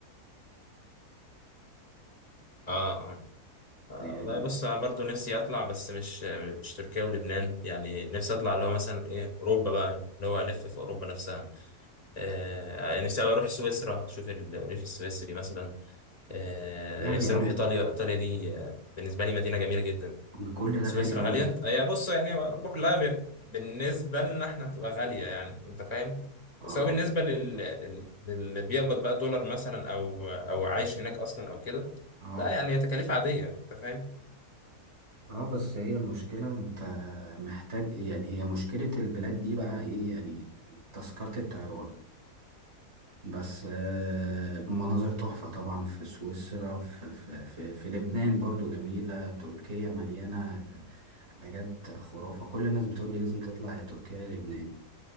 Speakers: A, on the left; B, on the right.
A: آه آه آه،
B: يعني
A: والله بص أنا برضو نفسي أطلع بس مش مش تركيا ولبنان يعني نفسي أطلع اللي هو مثلا إيه أوروبا بقى اللي هو ألف في أوروبا نفسها آه، يعني نفسي أوي أروح سويسرا أشوف الريف السويسري مثلا آه،
B: غاليه
A: نفسي
B: قوي
A: اروح ايطاليا ايطاليا دي آه، بالنسبه لي مدينه جميله جدا
B: كل ده
A: سويسرا
B: غالي قوي
A: غاليه هي بص يعني اوروبا كلها ب- بالنسبه لنا احنا هتبقى غاليه يعني انت فاهم
B: اه
A: بس هو بالنسبه لل... لل... للي بيقبض بقى دولار مثلا او او عايش هناك اصلا او كده
B: اه
A: لا يعني هي تكاليف عاديه انت فاهم
B: اه بس هي المشكله انت محتاج يعني هي مشكله البلاد دي بقى ايه يعني تذكره الطيران بس آه، مناظر تحفة طبعا في سويسرا في, في, في, في لبنان برضو جميلة تركيا مليانة آه، حاجات خرافة كل الناس بتقول لي لازم تطلع يا تركيا يا لبنان